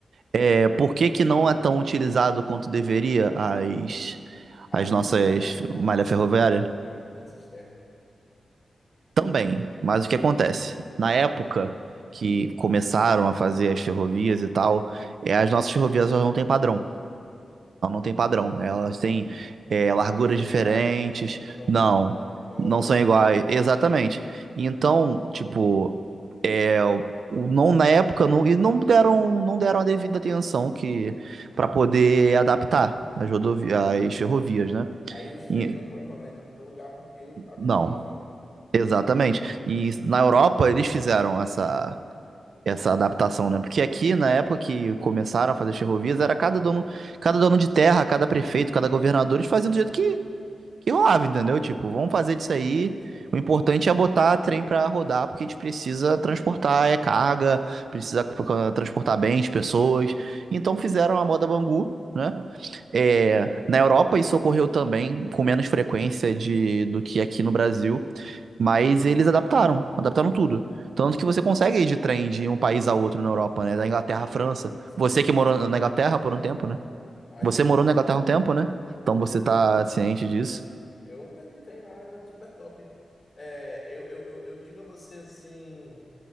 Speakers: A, on the right; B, on the left.
A: É, por que que não é tão utilizado quanto deveria as,
B: A
A: as
B: minha
A: nossas
B: informação
A: malha ferroviária?
B: é de que foi influência externa.
A: Também, mas o que acontece? Na época que começaram a fazer as ferrovias e tal, é, as nossas ferrovias elas não têm padrão. Elas não têm padrão. Elas têm é, larguras
B: Não são
A: diferentes.
B: iguais, né? Não são, não são
A: Não,
B: o mesmo tamanho de bitola,
A: não são
B: esse tipo
A: iguais.
B: de coisa.
A: Exatamente. Então, tipo. É, o- o- não na época não, e não deram não deram a devida atenção que para poder adaptar as rodovi- as ferrovias, né?
B: Aí os trens
A: E-
B: não podem rodar em tudo que é lugar porque o- a bitola
A: não,
B: é diferente.
A: exatamente. E na Europa eles fizeram essa essa adaptação, né? Porque aqui na época que começaram a fazer as ferrovias era cada dono cada dono de terra, cada prefeito, cada governador eles faziam do jeito que que rolava, entendeu? Tipo, vamos fazer disso aí.
B: Sim.
A: O importante é botar trem pra rodar, porque a gente precisa transportar é carga, precisa eh, transportar bens, pessoas. Então fizeram a moda Bangu, né? É, na Europa isso ocorreu também com menos frequência de, do que aqui no Brasil, mas eles adaptaram, adaptaram tudo. Tanto que você consegue ir de trem de um país a outro na Europa, né? Da Inglaterra
B: Sim,
A: à França.
B: porque eles
A: Você
B: pensam
A: que
B: nessa
A: morou
B: questão
A: na
B: da
A: Inglaterra
B: malha
A: por
B: ferroviária.
A: um tempo, né?
B: A
A: Você
B: gente.
A: morou na Inglaterra
B: Como?
A: um tempo, né? Então
B: Sim.
A: você tá ciente disso.
B: Eu andei de trem lá, era super top. É, eu, eu, eu, eu digo a você assim,